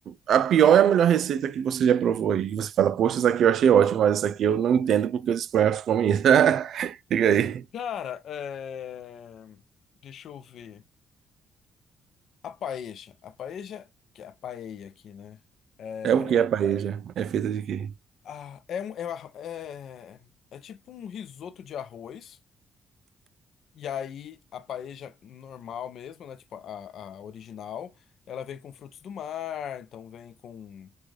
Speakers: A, on the right; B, on the left.
A: A pior é a melhor receita que você já provou aí. que Você fala, poxa, essa aqui eu achei ótima mas essa aqui eu não entendo porque os espanhóis comem isso. <laughs> Diga aí.
B: cara, é... deixa eu ver. A paeja, a paeja, que é a paella aqui, né? É,
A: É o que a paella? É feita de quê?
B: ah, é, um- é, uma- é, é tipo um risoto de arroz. E aí a paeja normal mesmo, né? Tipo a, a original, ela vem com frutos do mar, então vem com